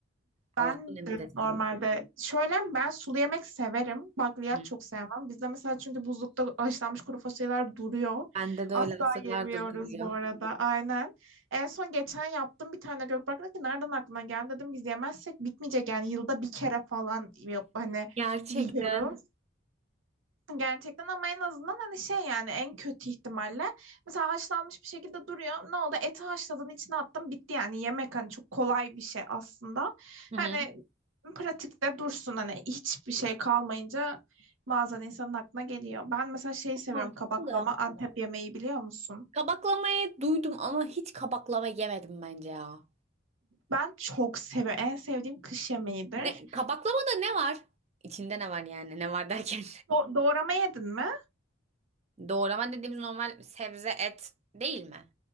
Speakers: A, on the right; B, on the right.
A: Allah'tan
B: Ben
A: emri
B: de
A: de sevmiyor.
B: normalde şöyle ben sulu yemek severim. Bakliyat
A: hı.
B: çok sevmem. Bizde mesela çünkü buzlukta haşlanmış kuru fasulyeler duruyor.
A: Bende de
B: Asla
A: öyle asırlardır
B: yemiyoruz
A: duruyor.
B: bu arada. Aynen. En son geçen yaptım bir tane Gökberk dedi ki nereden aklına geldi dedim. Biz yemezsek bitmeyecek yani yılda bir kere falan yap, hani
A: Gerçekten.
B: yiyoruz. Gerçekten ama en azından hani şey yani en kötü ihtimalle mesela haşlanmış bir şekilde duruyor. Ne oldu? Eti haşladın içine attın bitti yani yemek hani çok kolay bir şey aslında.
A: Hı hı.
B: Hani pratikte dursun hani hiçbir şey kalmayınca bazen insanın aklına geliyor. Ben mesela şeyi seviyorum
A: Mantıklı
B: kabaklama
A: da.
B: Antep yemeği biliyor musun?
A: Kabaklamayı duydum ama hiç kabaklama yemedim bence ya.
B: Ben çok seviyorum. En sevdiğim kış yemeğidir.
A: Ne, kabaklamada ne var? İçinde ne var yani? Ne var derken?
B: Do- doğrama yedin mi?
A: <laughs> Doğrama dediğimiz normal sebze et değil mi?